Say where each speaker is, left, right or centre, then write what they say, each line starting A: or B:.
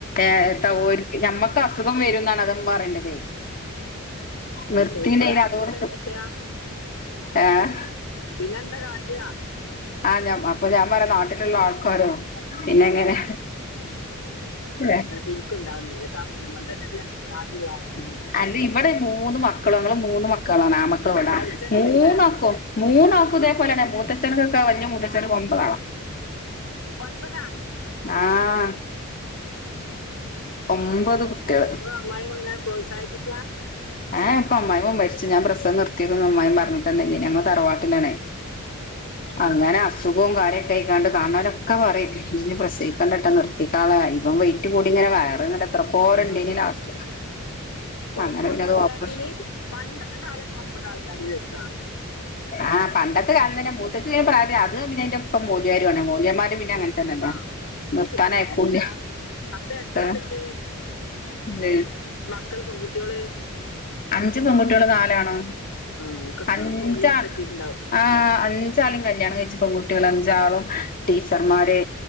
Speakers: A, on the left; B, on the left.
A: ഏഹ് ത ഒരു നമ്മക്ക് അസുഖം വരുംന്നാണ് അതുമ്മ പറേണ്ടത്
B: പ്രസവിക്കണ
A: നിർത്തീണ്ടേൽ
B: ആളുണ്ടായി
A: അതോടെ
B: കാട്ടുക
A: ഏഹ്
B: പിന്നെ എന്താ കാട്ട്ക
A: ആഹ് ഞാൻ പ അപ്പൊ ഞാൻ പറ നാട്ടിലുള്ള ആൾക്കാരോ പിന്നെങ്ങെനെ
B: ഉം.
A: ഇല്ലേ
B: എനിക്കുണ്ടാവുന്നല്ല <inaudible> നാട്ടിലുള്ള
A: ഊം അന്റെ ഇവിടെ മൂന്ന് മക്കളു ആണുള്ള മൂന്ന് മക്കളാണ് ആമ്മക്കള് ഇവടാ
B: മത്സരാണല്ലേ
A: മൂന്നാക്കും മൂന്നാക്കുതേ
B: ഉം.
A: പോലെന്നെ മൂത്തച്ഛന്ക്കൊക്കെ വല്യ മൂത്തച്ചനക്ക് ഒമ്പതാളാ
B: ഒൻപതാ
A: ആഹ്
B: ഊം
A: ഒമ്പത് കുട്ട്യേള്
B: അപ്പ അമ്മായിയമ്മ അങ്ങനെ പ്രത്സാഹിപ്പിക്ക
A: ഹ് ഇപ്പ അമ്മായിയമ്മ മരിച്ചു ഞാൻ പ്രസം നിർത്തിയതന്നുംഅമ്മായിയമ്മ അറിഞ്ഞട്ടൊന്നുല്ല ഞങ്ങ തറവാട്ടിലാണെ അങ്ങന അസു സുഖോം കാര്യക്കെ ആയിക്കാണ്ട് കാണണോരൊക്ക പറയും നീ ഇനി പ്രസവിക്കണ്ടിട്ടാ നിർത്തിക്കാളാൻ ഇവം വയ് റ്റ് കൂടിങ്ങനെ വയറ് നട എത്ര പോരണ്ടിനി
B: ആ
A: ലാസ്റ്റ്
B: ഒമ്പത്
A: അങ്ങനെ പിന്നെ അത്
B: ആൾക്കാരിതില്
A: ഓപ്പറേഷൻ
B: പണ്ടത്തെ കാലൊക്ക ഒമ്പത് ആൾക്കാര് രസാ
A: ആഹ് പണ്ടത്തെ കാല തന്നെ മൂത്തച്ചി ഈ പ്രായത്തി അത് പിന്ന അതിന്റെ ഇപ്പം മൂല്യാരു ആണ് മൂല്യന്മാര് പിന്നെ അങ്ങനെ തന്നല്ലേ
B: ആഹ് അത്
A: നിർത്താനായിക്കൂല്ല
B: ശരിയാണ് എല്ലാ അപ്പൊ എത്ര
A: ഏഹ്
B: ഇതുണ്ട്
A: ഇല്ലേ
B: മക്കള് പെങ്കുട്ട്യോള്
A: അഞ്ച് പെങ്കുട്ട്യോളും നാലാണും
B: ആഹ് ഒക്കെ
A: അഞ്ചാ
B: ഒക്കെ വലിയൊരു എത്തിയിട്ടുണ്ടാവും
A: ആ അഞ്ച് അഞ്ചാളും കല്യാണം കഴിച്ച് പെങ്കുട്ട്യേള് അഞ്ചാളും ടീച്ചർമാര്